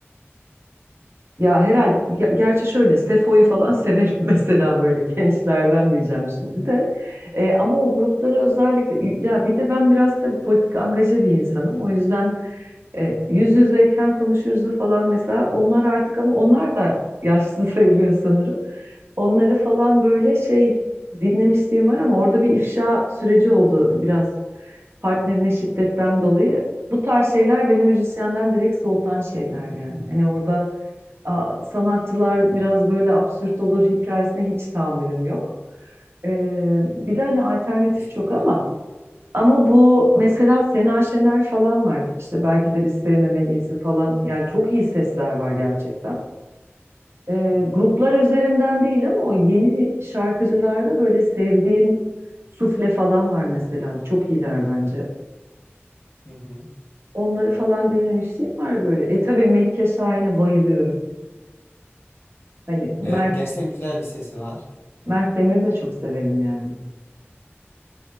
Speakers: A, on the right; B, on the left.
A: ya herhalde ya- gerçi şöyle Sefo'yu falan severim <laughs> mesela böyle gençlerden diyeceğim şimdi de. E, ama o gruplara özellikle ya bir de ben biraz da politik angaje bir insanım. O yüzden e, yüz yüzeyken konuşuruzu falan mesela onlar artık ama onlar da yaşlı <laughs> sayılıyor sanırım. Onları falan böyle şey dinlemişliğim var ama orada bir ifşa süreci oldu biraz partnerine şiddetten dolayı. Bu tarz şeyler beni müzisyenden direkt soğutan şeyler yani. Hani orada a- sanatçılar biraz böyle absürt olur hikayesine hiç tahammülüm yok. Ee, bir de hani alternatif
B: Kesinlikle.
A: çok ama ama bu mesela Sena Şener falan var. İşte belki de biz sevmemeliyiz'i falan. Yani çok iyi sesler var gerçekten. Ee,
B: Hı
A: gruplar
B: hı.
A: üzerinden değil ama o yeni şarkıcılarda böyle sevdiğim Sufle falan var mesela. Çok iyiler bence.
B: Hı hı.
A: Onları falan dinlemişliğim var böyle. E tabii Melike Şahin'e bayılıyorum. Hani Mert
B: Evet, gerçekten güzel bir sesi var.
A: Mert Demir'i de çok severim yani.